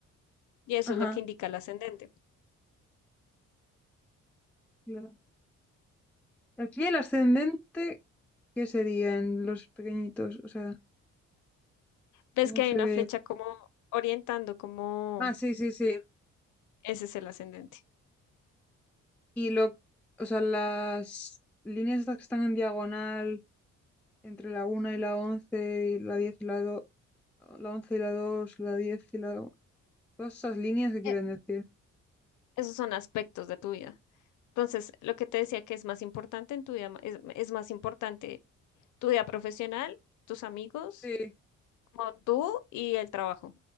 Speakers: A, on the left (about 75°); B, in the centre.
A: Y eso
B: Ajá.
A: es lo que indica el ascendente.
B: claro. Aquí el ascendente, ¿qué sería en los pequeñitos? O sea,
A: Ves
B: ¿cómo
A: que
B: se
A: hay una
B: ve?
A: flecha como orientando, como
B: Ah, sí, sí, sí.
A: ese es el ascendente.
B: Y lo, o sea, las líneas estas que están en diagonal entre la una y la 11 y la 10 y la 2, la 11 y la 2, la 10 y la Cosas, líneas que quieren
A: Eh,
B: decir.
A: Esos son aspectos de tu vida. Entonces, lo que te decía que es más importante en tu vida, ma- es, es más importante tu vida profesional, tus amigos,
B: Sí,
A: como tú y el trabajo.